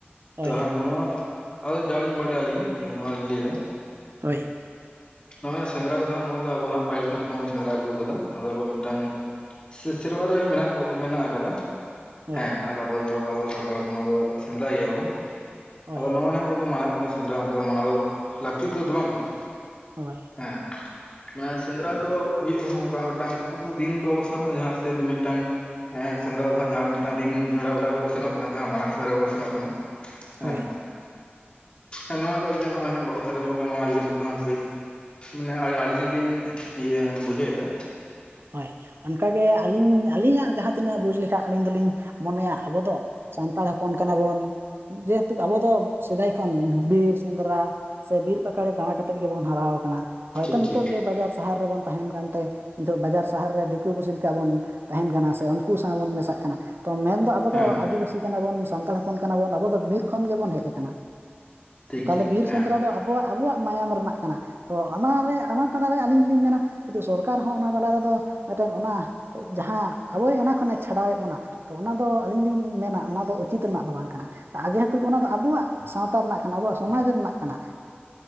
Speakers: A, on the right; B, on the left.
A: ᱦᱳᱭ
B: ᱛᱚ ᱦᱟᱸᱜ ᱱᱚᱣᱟ ᱟᱫᱚ ᱡᱟᱹ ᱞᱤᱧ ᱵᱟᱲᱟᱭᱞᱤᱧ ᱱᱚᱣᱟ ᱞᱤᱧ ᱞᱟᱹᱭᱫᱟ
A: ᱦᱳᱭ
B: ᱱᱚᱜ-ᱚᱭ ᱥᱮᱸᱫᱽᱨᱟ ᱠᱚᱫᱚ ᱦᱟᱸᱜ ᱱᱚᱣᱟ ᱫᱚ ᱟᱵᱚ ᱦᱟᱸᱜ ᱯᱟᱹᱦᱤᱞ ᱠᱷᱚᱱᱟᱜ ᱵᱚᱱ ᱥᱮᱸᱫᱽᱨᱟ ᱟᱹᱜᱩ ᱠᱟᱫᱟ ᱱᱚᱣᱟ ᱫᱚ ᱟᱵᱚ ᱢᱤᱫᱴᱟᱝ ᱥᱮ ᱥᱮᱨᱣᱟ ᱨᱮ ᱢᱮᱱᱟᱜ ᱢᱮᱱᱟᱜ ᱟᱠᱟᱫᱟ
A: ᱦᱳᱭ
B: ᱦᱮᱸ ᱟᱨ ᱟᱵᱚ ᱫᱚ ᱟᱵᱚ ᱥᱟᱱᱛᱟᱲ ᱦᱚᱯᱚᱱ ᱠᱚᱫᱚ ᱥᱮᱸᱫᱽᱨᱟᱭ ᱜᱮᱭᱟᱵᱚᱱ
A: ᱦᱳᱭ
B: ᱟᱫᱚ ᱱᱚᱜ-ᱚᱭ ᱡᱮ ᱠᱚ ᱢᱟᱱᱟᱣᱮᱫ ᱵᱚᱱᱟ ᱥᱮ ᱥᱮᱸᱫᱽᱨᱟ ᱚᱱᱠᱟ ᱫᱚ ᱢᱟᱱᱟ ᱫᱚ ᱞᱟᱹᱠᱛᱤ ᱛᱮᱫᱚ ᱵᱟᱝ ᱠᱟᱱᱟ
A: ᱦᱳᱭ
B: ᱦᱮᱸ ᱢᱟᱱᱮ ᱥᱮᱸᱫᱽᱨᱟ ᱫᱚ ᱦᱩᱭᱩᱜ ᱨᱮᱦᱚᱸ ᱚᱱᱠᱟ ᱢᱤᱫ ᱴᱟᱝ ᱟᱵᱚ ᱫᱤᱱ ᱫᱚ ᱵᱟᱵᱚᱱ ᱥᱮᱱᱚᱜ ᱠᱟᱱᱟ ᱡᱟᱦᱟᱸ ᱥᱮᱫ ᱢᱤᱫᱴᱟᱝ ᱮᱸ ᱥᱮᱸᱫᱽᱨᱟ ᱫᱚ ᱦᱟᱸᱜ ᱡᱟᱦᱟᱸ ᱢᱤᱫᱴᱟᱝ ᱫᱤᱱ ᱱᱮᱰᱟ ᱜᱚᱴᱟ ᱠᱟᱛᱮᱵᱚᱱ ᱥᱮᱱᱚᱜ ᱠᱟᱱᱟ ᱡᱟᱦᱟᱸ ᱢᱟᱨᱟᱝ ᱥᱮᱸᱫᱽᱨᱟ ᱠᱚᱵᱚ ᱥᱮᱱᱚᱜ ᱠᱟᱱᱟ ᱦᱮᱸ
A: ᱦᱳᱭ
B: ᱦᱮᱸ ᱱᱚᱣᱟ ᱫᱚ ᱱᱚᱜ-ᱚᱭ ᱦᱟᱸᱜ ᱵᱟᱠᱚ ᱥᱮᱫᱨᱟ ᱦᱚᱪᱚ ᱠᱟᱱᱟ ᱱᱚᱣᱟ ᱤᱫᱤ ᱠᱟᱛᱮᱜ ᱫᱚ ᱦᱟᱸᱜ ᱠᱟᱹᱡ ᱢᱟᱱᱮ ᱟᱲᱤᱥ ᱜᱮᱞᱤᱧ ᱤᱭᱟᱹ ᱵᱩᱡᱷᱟᱹᱣ ᱫᱟ
A: ᱦᱳᱭ ᱚᱱᱠᱟᱜᱮ ᱟᱹᱞᱤᱧ ᱟᱹᱞᱤᱧᱟᱜ ᱡᱟᱦᱟᱸ ᱛᱤᱱᱟᱹᱜ ᱵᱩᱡᱽ ᱞᱮᱠᱷᱟᱜ ᱟᱹᱞᱤᱧ ᱫᱚᱞᱤᱧ ᱢᱚᱱᱮᱭᱟ ᱟᱵᱚ ᱫᱚ ᱥᱟᱱᱛᱟᱲ ᱦᱚᱯᱚᱱ ᱠᱟᱱᱟ ᱵᱚᱱ ᱡᱮᱦᱮᱛᱩ ᱟᱵᱚ ᱫᱚ ᱥᱮᱫᱟᱭ ᱠᱷᱚᱱ ᱵᱤᱨ ᱥᱮᱸᱫᱽᱨᱟ ᱥᱮ ᱵᱤᱨ ᱯᱟᱠᱟᱲᱮ ᱫᱟᱬᱟ ᱠᱟᱛᱮᱫ ᱜᱮᱵᱚᱱ ᱦᱟᱨᱟᱣ ᱠᱟᱱᱟ ᱦᱚᱭᱛᱳ
B: ᱴᱷᱤᱠ
A: ᱱᱤᱛᱚᱜ
B: ᱴᱷᱤᱠ
A: ᱜᱮ ᱵᱟᱡᱟᱨ ᱥᱟᱦᱟᱨ ᱨᱮᱵᱚᱱ ᱛᱟᱦᱮᱱ ᱠᱟᱱᱛᱮ ᱱᱤᱛᱚᱜ ᱵᱟᱡᱟᱨ ᱥᱟᱦᱟᱨ ᱨᱮ ᱫᱤᱠᱩ ᱯᱩᱥᱤ ᱞᱮᱠᱟ ᱵᱚᱱ ᱛᱟᱦᱮᱱ ᱠᱟᱱᱟ ᱥᱮ ᱩᱱᱠᱩ ᱥᱟᱶ ᱵᱚᱱ ᱢᱮᱥᱟᱜ ᱠᱟᱱᱟ ᱛᱚ ᱢᱮᱱᱫᱚ ᱟᱵᱚ ᱫᱚ
B: ᱦᱮᱸ ᱜᱚᱝᱠᱮ
A: ᱟᱹᱫᱤᱵᱟᱹᱥᱤ ᱠᱟᱱᱟ ᱵᱚᱱ ᱥᱟᱱᱛᱟᱲ ᱦᱚᱯᱚᱱ ᱠᱟᱱᱟᱵᱚᱱ ᱟᱵᱚ ᱫᱚ ᱵᱤᱨ ᱠᱷᱚᱱ ᱜᱮᱵᱚᱱ ᱦᱮᱡ ᱠᱟᱱᱟ
B: ᱴᱷᱤᱠ
A: ᱛᱟᱦᱞᱮ
B: ᱴᱷᱤᱠ
A: ᱵᱤᱨ ᱥᱮᱸᱫᱽᱨᱟ
B: ᱦᱮᱸ
A: ᱫᱚ ᱟᱵᱚᱣᱟᱜ ᱟᱵᱚᱣᱟᱜ ᱢᱟᱭᱟᱢ ᱨᱮᱱᱟᱜ ᱠᱟᱱᱟ ᱛᱚ ᱚᱱᱟᱨᱮ ᱚᱱᱟ ᱛᱟᱞᱟᱨᱮ ᱟᱹᱞᱤᱧ ᱞᱤᱧ ᱢᱮᱱᱟ ᱥᱚᱨᱠᱟᱨ ᱦᱚᱸ ᱚᱱᱟ ᱛᱟᱞᱟ ᱨᱮᱫᱚ ᱢᱤᱫᱴᱮᱱ ᱚᱱᱟ ᱡᱟᱦᱟᱸ ᱟᱵᱚᱭ ᱚᱱᱟ ᱠᱷᱚᱱᱮ ᱪᱷᱟᱰᱟᱣᱮᱫ ᱵᱚᱱᱟ ᱛᱚ ᱚᱱᱟ ᱫᱚ ᱟᱹᱞᱤᱧ ᱞᱤᱧ ᱢᱮᱱᱟ ᱚᱱᱟ ᱫᱚ ᱩᱪᱤᱛ ᱨᱮᱱᱟᱜ ᱫᱚ ᱵᱟᱝ ᱠᱟᱱᱟ ᱟᱨ ᱡᱮᱦᱮᱛᱩ ᱚᱱᱟ ᱫᱚ ᱟᱵᱚᱣᱟᱜ ᱥᱟᱶᱛᱟ ᱨᱮᱱᱟᱜ ᱠᱟᱱᱟ ᱟᱵᱚᱣᱟᱜ ᱥᱚᱢᱟᱡᱽ ᱨᱮᱱᱟᱜ ᱠᱟᱱᱟ